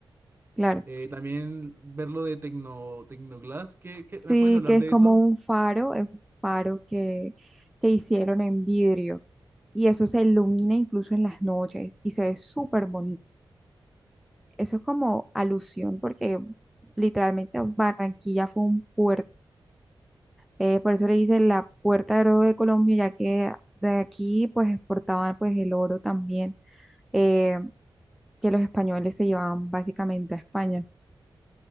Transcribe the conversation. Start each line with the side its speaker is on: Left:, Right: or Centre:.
Centre: claro.
Right: Eh, también ver lo de Tecno, Tecnoglass, ¿qué, qué-
Centre: Sí,
Right: me puedes hablar
Centre: que es
Right: de
Centre: como
Right: eso?
Centre: un faro, es un faro que, que hicieron en vidrio y eso se ilumina incluso en las noches y se ve súper bonito. Eso es como alusión porque literalmente Barranquilla fue un puerto. Eh, por eso le dicen la puerta de oro de Colombia, ya que de aquí pues exportaban pues el oro también, eh, que los españoles se llevaban básicamente a España.